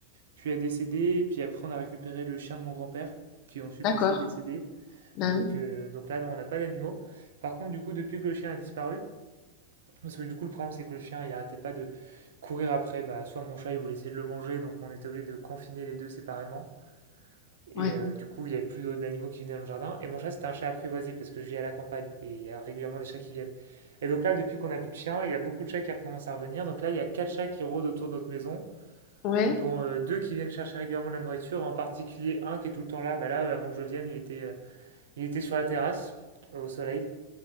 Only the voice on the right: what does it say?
Puis il a décédé, et puis après on a récupéré le chien de mon grand-père, qui est ensuite
aussi décédé.
Donc, euh, donc là, non, on n'a pas d'animaux. Par contre, du coup, depuis que le chien a disparu, parce que du coup, le problème, c'est que le chien, il arrêtait pas de courir après, bah, soit mon chat, il voulait essayer de le manger, donc on était obligé de confiner les deux séparément. Et
euh, du coup, il y avait plus d'autres animaux qui venaient dans le jardin. Et mon chat, c'était un chat apprivoisé parce que je vis à la campagne et il y a régulièrement des chats qui viennent. Et donc là, depuis qu'on a plus de chien, il y a beaucoup de chats qui recommencent à revenir. Donc là, il y a quatre chats qui rôdent autour de notre maison,
dont euh, deux qui viennent chercher régulièrement de la nourriture, en particulier un qui est tout le temps là. Bah là, euh, avant que je vienne, il était, euh, il était sur la terrasse, euh, au soleil.